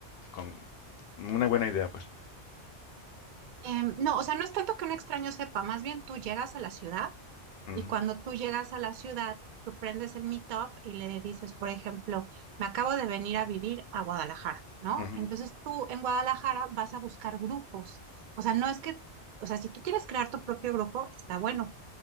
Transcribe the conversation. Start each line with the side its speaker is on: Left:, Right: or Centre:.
Left: con una buena idea, pues.
Right: Em, no, o sea, no es tanto que un extraño sepa, más bien tú llegas a la ciudad
Left: Ujú,
Right: y cuando tú llegas a la ciudad, tú prendes el Meetup y le dices, por ejemplo, me acabo de venir a vivir a Guadalajara, ¿no?
Left: ujú,
Right: Entonces tú en Guadalajara vas a buscar grupos. O sea, no es que, o sea, si tú quieres crear tu propio grupo, está bueno,